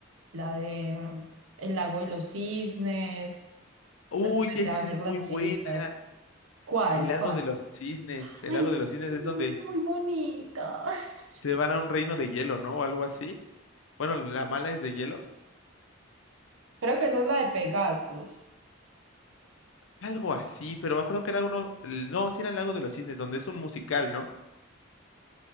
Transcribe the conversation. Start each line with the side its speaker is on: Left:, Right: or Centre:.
Right: la de El lago de los cisnes. <laughs>
Left: Uy,
Right: Me Empecé
Left: esa
Right: a ver
Left: es muy
Right: las viejitas.
Left: buena.
Right: ¿Cuál?
Left: El lago
Right: ¿Cuál?
Left: de los cisnes. El
Right: Ay,
Left: lago
Right: sí,
Left: de los cisnes es donde
Right: es muy bonita. <laughs>
Left: se van a un reino de hielo, ¿no? O algo así. Bueno, la mala es de hielo.
Right: Creo que esa es la de Pegasus.
Left: Algo así, pero me acuerdo que era uno. el- No, sí era el lago de los cisnes, donde es un musical, ¿no?